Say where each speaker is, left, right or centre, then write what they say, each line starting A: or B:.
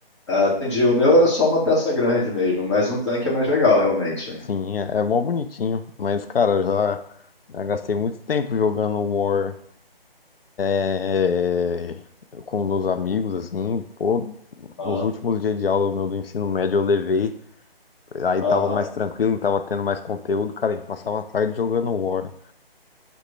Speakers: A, on the left (about 30°); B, on the left (about 70°).
A: Ah, entendi. O meu era só uma peça grande mesmo, mas um tanque é mais legal, realmente.
B: Sim, é, é mó bonitinho, mas cara, eu já, já gastei muito tempo jogando War é, com meus amigos, assim, pô,
A: Aham,
B: nos últimos dias de aula meu do ensino médio eu levei, aí
A: aham.
B: tava mais tranquilo, tava tendo mais conteúdo, cara, a gente passava a tarde jogando War.